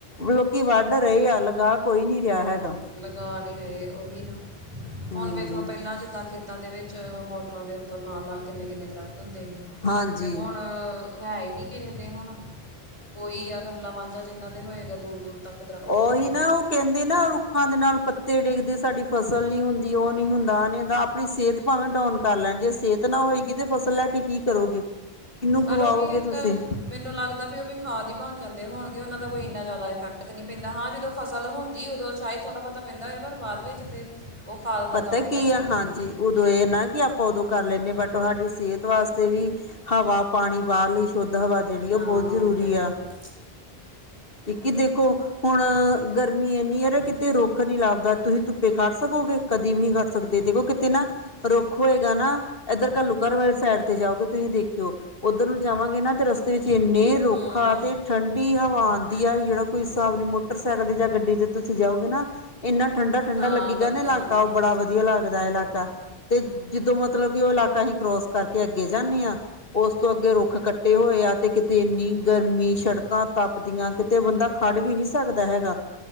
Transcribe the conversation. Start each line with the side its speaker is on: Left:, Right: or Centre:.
Left: ਲੋਕੀ ਵੱਢ ਰਹੇ ਆ ਲਗਾ ਕੋਈ ਨੀ ਰਿਹਾ ਹੈਗਾ।
Right: ਲਗਾ ਨਹੀਂ ਰਹੇ ਉਹੀ ਨਾ
Left: ਹੂੰ
Right: ਹੁਣ ਵੇਖ ਸ ਤੋਂ ਪੈਲਾਂ, ਜਿੱਦਾਂ ਖੇਤਾਂ ਦੇ ਵਿੱਚ ਮੋਟਰਾਂ ਦੇ ਉੱਪਰ ਨਾਲ-ਨਾਲ ਕਿੰਨੇ-ਕਿੰਨੇ ਦਰਖ਼ਤ ਹੁੰਦੇ ਸੀ।
Left: ਹਾਂਜੀ
Right: ਅਤੇ ਹੁਣ? ਹੈ ਹੀ ਨੀ। ਕਿਸੇ ਦੇ ਹੁਣ ਕੋਈ ਆ ਵਿਰਲਾ ਵਾਂਝਾ, ਜਿਨਾਂ ਦੇ ਹੋਏਗਾ ਦੂਰ-ਦੂਰ ਤੱਕ। ਦਰਖਤ
Left: ਓਹੀਨਾ,
Right: ਹੀ ਨਹੀਂ ਦਿਖਦੇ
Left: ਉਹ। ਕੈਂਦੇ ਨਾ, ਰੁੱਖਾਂ ਦੇ ਨਾਲ ਪੱਤੇ ਡਿੱਗਦੇ, ਸਾਡੀ ਫਸਲ ਨਹੀਂ ਹੁੰਦੀ। ਉਹ ਨੀ ਹੁੰਦਾ, ਆਹ ਨੀ ਹੁੰਦਾ ਆਪਣੀ ਸੇਤ। ਭਾਵੇਂ ਡਾਨ ਕਰ ਲੈਣ। ਜੇ ਸਿਹਤ ਨਾ ਹੋਏਗੀ, ਤੇ ਫਸਲ ਲੈ ਕੇ ਕੀ ਕਰੋਗੇ? ਕਿਹਨੂੰ
Right: ਪਰ
Left: ਖਵਾਓਗੇ
Right: ਉਹ ਵੀ ਇੱਕ
Left: ਤੁਸੀਂ?
Right: ਮੈਨੂੰ ਲੱਗਦਾ ਵੀ ਉਹ ਵੀ ਖਾਦ ਹੀ ਬਣ ਜਾਂਦੇ ਹੋਣਗੇ। ਉਹਨਾਂ ਦਾ ਕੋਈ ਇੰਨਾ ਜ਼ਿਆਦਾ ਇਫੈਕਟ ਤਾਂ ਨਹੀਂ ਪੈਂਦਾ। ਹਾਂ, ਜਦੋਂ ਫ਼ਸਲ ਹੁੰਦੀ ਉਦੋਂ ਚਾਹੇ ਥੋੜਾ- ਬੋੜਾ ਪੈਂਦਾ ਹੋਆ, ਪਰ ਬਾਅਦ ਵਿੱਚ ਤਾਂ ਉਹ ਖਾਦ ਦਾ
Left: ਪਤਾ
Right: ਕੰਮ ਹੀ
Left: ਕੀ
Right: ਕਰ ਸਕਦੀ
Left: ਆ ਹਾਂਜੀ
Right: ਹੈ।
Left: ਉਦੋਂ ਇਹ ਨਾ, ਕਿ ਆਪਾਂ ਉਦੋਂ ਕਰ ਲੈਂਦੇ ਹਾਂ। ਬਟ ਸਾਡੀ ਸੇਤ ਵਾਸਤੇ ਵੀ। ਹਵਾ, ਪਾਣੀ, ਬਾਹਰ ਲਈ ਸ਼ੁੱਧ ਹਵਾ, ਜਿਹੜੀ
Right: ਹਾਂ
Left: ਉਹ ਬਹੁਤ ਜ਼ਰੂਰੀ
Right: ਚਾਹੀਦਾ
Left: ਆ। ਇੱਕ ਦੇਖੋ, ਹੁਣ ਗਰਮੀ ਇੰਨੀ ਹੈ ਕਿ ਤੇ ਰੁੱਖ ਨੀ ਲੱਭਦਾ, ਤੁਸੀਂ ਧੁੱਪੇ ਖੜ ਸਕੋਗੇ? ਕਦੀ ਵੀ ਨਹੀਂ ਖੜ ਸਕਦੇ। ਦੇਖੋ ਕਿਤੇ ਨਾ। ਰੁੱਖ ਹੋਏਗਾ ਨਾ। ਇੱਧਰ ਘੱਲੂ ਘਰ ਵਾਲੀ ਸਾਈਡ ਤੇ ਜਾਓਗੇ ਤੁਸੀਂ, ਦੇਖਿਓ। ਉੱਧਰ ਨੂੰ ਜਾਵਾਂਗੇ ਨਾ, ਤੇ ਰਸਤੇ ਵਿੱਚ ਇੰਨੇ ਰੁੱਖ,
Right: ਹੂੰ ਹੂੰ
Left: ਤੇ ਠੰਢੀ ਹਵਾ। ਵਧੀਆ ਜਿਹੜਾ ਕੋ ਹਿਸਾਬ ਨਹੀਂ। ਮੋਟਰਸਾਈਕਲ 'ਤੇ ਜਾਂ ਗੱਡੀ 'ਤੇ ਤੁਸੀਂ ਜਾਓਗੇ ਨਾ। ਇੰਨਾ ਠੰਡਾ ਠੰਡਾ
Right: ਹਾਂ
Left: ਲੱਗੇਗਾ
Right: ਵਧੀਆ
Left: ਨਾ। ਇਲਾਕਾ
Right: ਲੱਗਦਾ
Left: ਉਹ ਬੜਾ ਵਧੀਆ ਲੱਗਦਾ, ਇਲਾਕਾ। ਤੇ ਜਿਦੋਂ ਮਤਲਬ ਕਿ ਉਹ ਇਲਾਕਾ ਅਸੀਂ ਕਰੋਸ ਕਰਕੇ ਅੱਗੇ ਜਾਂਦੇ ਹਾਂ। ਉਸ ਤੋਂ ਅੱਗੇ ਰੁੱਖ ਕੱਟੇ ਹੋਏ ਆ। ਤੇ ਕਿਤੇ ਇੰਨੀ ਗਰਮੀ, ਸੜਕਾਂ ਤਪਦੀਆਂ। ਕਿਤੇ ਬੰਦਾ ਖੜ ਵੀ ਨੀ ਸਕਦਾ ਹੈਗਾ।